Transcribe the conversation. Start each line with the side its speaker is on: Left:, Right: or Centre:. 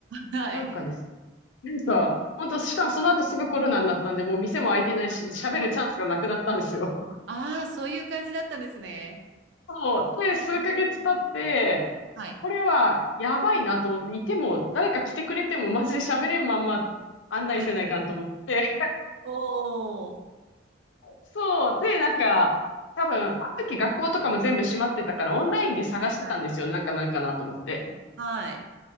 Right: はい。
Left: なんかです。なんか、本当しかもその後すぐコロナになったんで、もう店も開いてないし、
Right: あー
Left: 喋るチャンスがなくなったんですよ。<laughs>
Right: ああ、そういう感じだったんですね。
Left: そう。で、数ヶ月経って、
Right: おーはい。
Left: これはやばいなと思って、いても、誰か来てくれても、マジで喋れんまんま案内せないかんと思って、
Right: <laughs> おー。
Left: そう。で、なんか、多分、あの時学校とかも全部閉まってたから、オンラインで探してたんですよ。
Right: はいはい。
Left: なんかないかなと思って。
Right: うんはい。